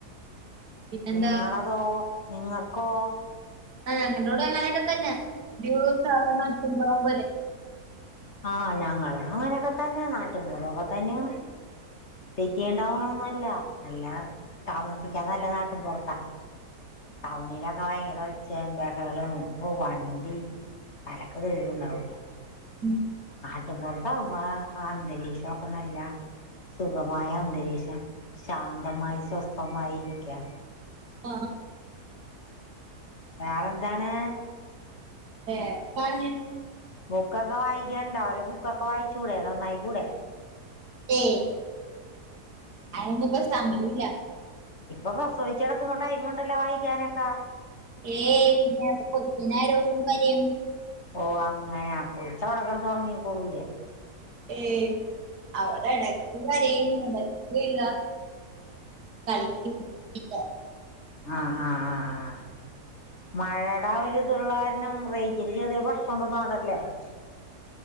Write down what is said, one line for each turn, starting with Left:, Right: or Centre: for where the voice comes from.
Right: പിന്നെന്താ
Left: നിങ്ങളതോ നിങ്ങൾക്കോ
Right: <unintelligible> ഇ സാധണക്കുമ്പുമ പോലെ
Left: ആഹ ഞങ്ങ അങ്ങനെയൊക്കെ തന്നെയ നാട്ടുമപൂറൊക്കെ തന്നെയാണ് <unintelligible> നല്ല നല്ല താമസിക്കാ നല്ല നാട്ടും പുറത്താ ടൗണിലൊക്കെ വാങ്ങ ഒച്ചയും ബെഹളവും ഒ വണ്ടി തലക്ക് സ്വയര്യം ഉണ്ടാവൂല
Right: ഉം
Left: നാട്ടൻപുറത്ത അമ്മ അന്തരീക്ഷംക്കെ നല്ല സുഖമായ അന്തരീക്ഷം ശാന്തമായി സ്വസ്ഥമായി ഇരിക്കാം
Right: ആഹ
Left: വേറെ എന്താണ്
Right: വേറെ കാര്യം
Left: ബുക്കൊക്കെ വായിക്കുണ്ടാവല്ലെ ബുക്കൊക്കെ വായിച്ചകൂടെ നന്നായി കൂടെ
Right: ഏ അനക്ക് ഇപ്പ സമയില്ല
Left: ഇപ്പൊ പ്രസവദിച്ചെടുക്കുമ്പോ ടൈമുണ്ടല്ലോ വായിക്കാനൊക്കെ
Right: ഏയ്ന്ന പൊക്കിനാലോക്കും കര
Left: ഓ അങ്ങനാ പോച്ചവിടെ കടന്ന്റങ്ങി കൊടുലേ
Right: ഏ അവടെ ഇടയ്ക്ക് അരുന്ന ഇടക്കല്ല <inaudible> <unintelligible> <unintelligible> <inaudible>
Left: ആഹ് ആഹ് ആ് ആ മഴയുടൊവല ഇതള്ള കാരണം റേഞ്ച് ചെറിയ പ്രശ്നം ഉണ്ടോന്നടല്ലേ ആ